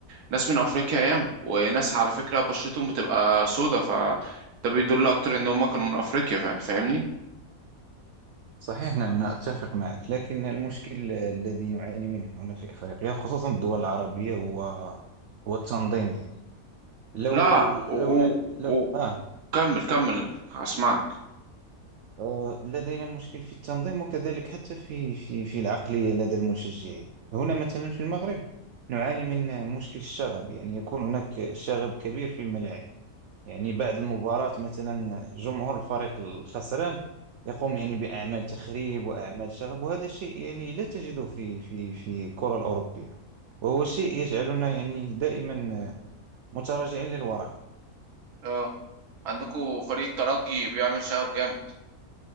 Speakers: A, on the right; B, on the right.
A: ناس من افريقيا ياما وناس على فكرة بشرتهم بتبقى سودا فده بيدل اكتر ان هم كانوا من افريقيا يعني فاهمني
B: صحيح نعم أنا أتفق معك لكن المشكل الذي نعاني منه هنا في أفريقيا خصوصا الدول العربية هو هو التنظيم يعني لو
A: لا
B: لو,
A: و... و...
B: ن... لو...
A: و...
B: آه.
A: كمل كمل هسمعك
B: آه لدينا مشكل في التنظيم وكذلك حتى في في في العقلية لدى المشجعين هنا مثلا في المغرب نعاني من مشكل الشغب يعني يكون هناك شغب كبير في الملاعب يعني بعد المباراة مثلا جمهور الفريق الخسران يقوم يعني بأعمال تخريب وأعمال شغب وهذا شيء يعني لا تجده في في في الكرة الأوروبية وهو شيء يجعلنا يعني دائما متراجعين للوراء
A: اه عندكوا فريق ترجي بيعمل شغب جامد